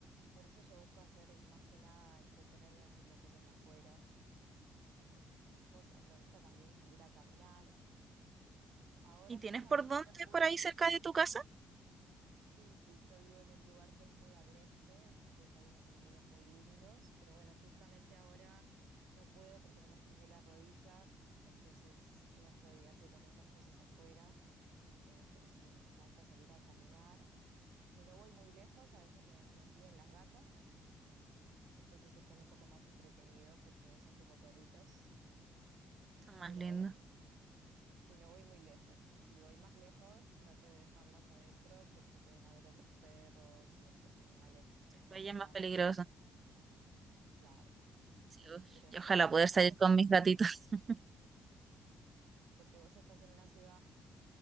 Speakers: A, on the right; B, on the right.
A: Por eso yo busco hacer más que nada entretenerme haciendo cosas afuera. eh, o sea, me gusta también salir a caminar Eh, ahora
B: ¿Y
A: justamente
B: tienes por dónde
A: no puedo.
B: por ahí cerca de tu casa?
A: Sí, sí, yo vivo en un lugar que es muy agreste, entonces hay unos caminos muy lindos, pero bueno, justamente ahora no puedo porque me lastimé la rodilla, entonces no estoy haciendo muchas cosas afuera, eh, pero sí, me encanta salir a caminar. Si no voy muy lejos, a veces me, me siguen las gatas, entonces se pone un poco más entretenido porque son como perritos,
B: Está más
A: pero
B: lindo.
A: bueno, Si no voy muy lejos, si voy más lejos, trato de dejarlas adentro porque pueden haber otros perros y otros animales un poco más
B: Playa
A: salvajes.
B: es más peligroso.
A: Claro,
B: Sí,
A: sí,
B: uf,
A: pero está,
B: y ojalá
A: está
B: poder
A: muy
B: salir
A: entretenida
B: con mis gatitos. <laughs>
A: porque vos estás en una ciudad,